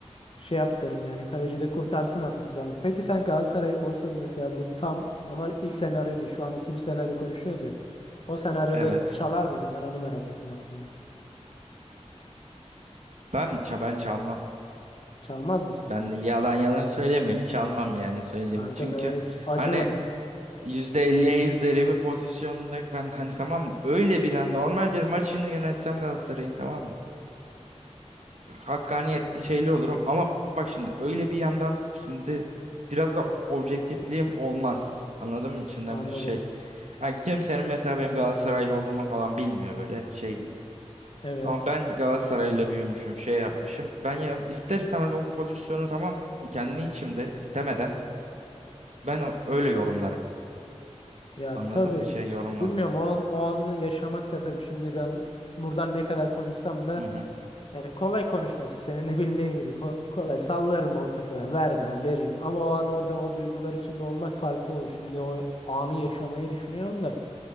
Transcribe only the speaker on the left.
şey yap derim yani. Kaleci de kurtarsın artık bir zahmet. Peki sen Galatasaray olsa mesela bu tam ama ilk senaryo değil. Şu an ikinci senaryo konuşuyoruz ya. O senaryoda
çalar mıydın? Ben onu merak ettim aslında.
Çalmaz mısın?
Kanka
sen hiç acımadın.
Anladım.
Evet.
Ya
tabii.
Ya bilmiyorum o an, o anı yaşamak da tabii şimdi ben buradan ne kadar konuşsam da
yani kolay konuşması senin de bildiğin gibi ko- kolay sallarım bol keseden vermem veririm ama o an orada o duygular içinde olmak farklı olur. Şimdi o anı yaşamayı düşünüyorum da